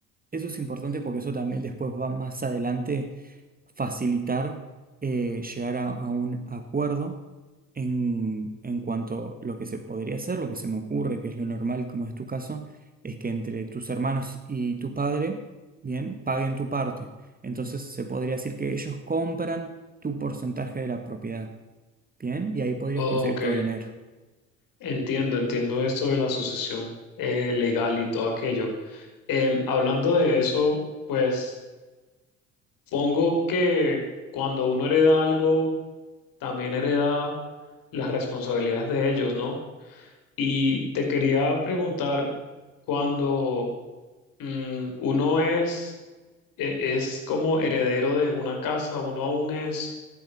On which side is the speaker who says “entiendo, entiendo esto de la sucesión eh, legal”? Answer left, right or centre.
Left